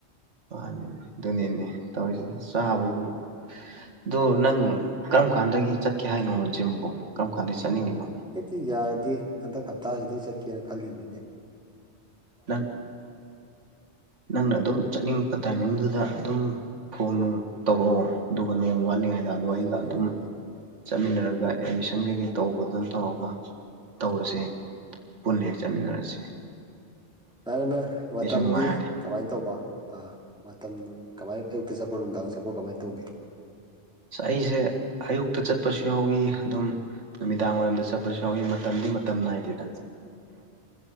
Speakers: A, on the right (about 85°); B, in the centre.
A: ꯃꯥꯅꯤꯅꯦ ꯑꯗꯨꯅꯤꯅꯦ ꯇꯧꯔꯤꯁꯦ ꯆꯥꯕꯕꯨ ꯑꯗꯨꯗꯣ ꯅꯪ ꯀꯔꯝ ꯀꯥꯟꯗꯒꯤ ꯆꯠꯀꯦ ꯍꯥꯏꯅꯣ ꯖꯤꯝꯕꯨ ꯀꯔꯝ ꯀꯥꯟꯗꯒꯤ ꯆꯠꯅꯤꯡꯉꯤꯅꯣ
B: ꯑꯩꯗꯤ ꯌꯥꯔꯗꯤ ꯍꯟꯗꯛ ꯍꯞꯇꯥꯁꯤꯗꯩ ꯆꯠꯀꯦꯅ ꯈꯜꯂꯤꯅꯤꯅꯦ
A: ꯅꯪ ꯅꯪꯅ ꯑꯗꯨꯝ ꯆꯠꯅꯤꯡꯉꯄ ꯇꯥꯏꯃꯤꯡꯗꯨꯗ ꯑꯗꯨꯝ ꯐꯣꯟ ꯅꯨꯡ ꯇꯧꯔꯛꯑꯣ ꯑꯗꯨꯒ ꯅꯣꯡ ꯋꯥꯠꯂꯤꯉꯩꯗ ꯑꯗꯣ
B: ꯌꯥꯏꯌꯦ
A: ꯑꯩꯒ
B: ꯌꯥꯏꯌꯦ
A: ꯑꯗꯨꯝ ꯆꯠꯃꯤꯟꯅꯔꯒ ꯑꯦꯠꯃꯤꯁꯟ ꯀꯩꯀꯩ ꯇꯧ ꯈꯣꯠꯇꯅ ꯇꯧꯔꯒ ꯇꯧꯔꯁꯦ ꯄꯨꯟꯅ ꯍꯦꯛ ꯆꯥꯃꯤꯟꯅꯔꯁꯤ
B: ꯅꯪ ꯅꯪ ꯃꯇꯝꯗꯤ
A: ꯅꯨꯡꯉꯥꯏꯔꯅꯤ
B: ꯀꯃꯥꯏꯅ ꯇꯧꯕ ꯑꯥ ꯃꯇꯝ ꯀꯃꯥꯏ ꯑꯌꯨꯛꯇ ꯆꯠꯄꯔꯣ ꯅꯨꯡꯗꯥꯡꯗ ꯆꯠꯄꯔꯣ ꯀꯃꯥꯏꯅ ꯇꯧꯒꯦ
A: ꯑꯩꯁꯦ ꯑꯌꯨꯛꯇ ꯆꯠꯄꯁꯨ ꯌꯥꯎꯏ ꯑꯗꯨꯝ ꯅꯨꯃꯤꯗꯥꯡ ꯋꯥꯏꯔꯝꯗ ꯆꯠꯄꯁꯨ ꯌꯥꯎꯏ ꯃꯇꯝꯗꯤ ꯃꯇꯝ ꯅꯥꯏꯗꯦꯗ